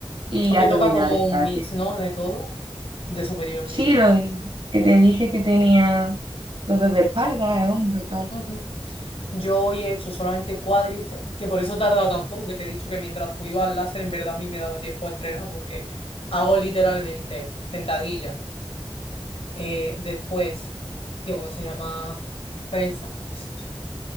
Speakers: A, on the right; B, on the left.
A: y
B: Hoy
A: abdominales
B: te toca como
A: y
B: un
A: cardio.
B: mix, ¿no? De todo. De superior,
A: Sí,
B: digo.
A: lo de- que te dije que tenía los dos de espalda, de hombro, tal.
B: Ujú. Yo hoy he hecho solamente cuádriceps, que por eso he tardado tampoco, que te he dicho que mientras tú ibas al láser, en verdad a mí me daba tiempo a entrenar, porque hago literalmente sentadilla. Eh, después, tío, ¿cómo se llama? Prensa. Eso.